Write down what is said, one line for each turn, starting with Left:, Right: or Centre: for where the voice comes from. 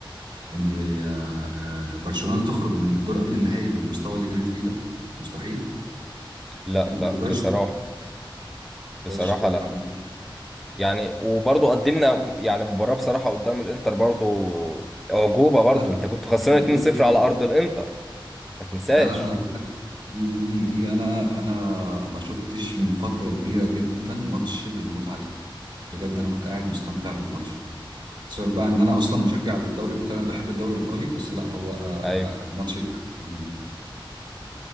Right: ان آه، برشلونة تخرج من الدور قبل النهائي بالمستوى اللي كانت فيه ده مستحيل
Centre: لا
Right: لا ما
Centre: لا
Right: تقدرش
Centre: بصراحة
Right: ما
Centre: بصراحة
Right: تقدرش تتوقع
Centre: لا
Right: مين
Centre: يعني وبرضه قدمنا يعني مباراة بصراحة قدام الإنتر برضه أعجوبة برضه
Right: لا
Centre: أنت كنت خسران
Right: انا بقول
Centre: 2-0
Right: لك انا
Centre: على أرض الإنتر ما تنساش
Right: لا لا انا بقول لك دي دي دي انا انا ما شفتش من فترة كبيرة جدا ماتش بالمتعة دي بجد انا كنت قاعد مستمتع بالماتش سيبك بقى ان انا اصلا مشجع للدوري الايطالي انا بحب الدوري الايطالي بس لا هو آه،
Centre: أيوه
Right: آه، الماتش ممتع.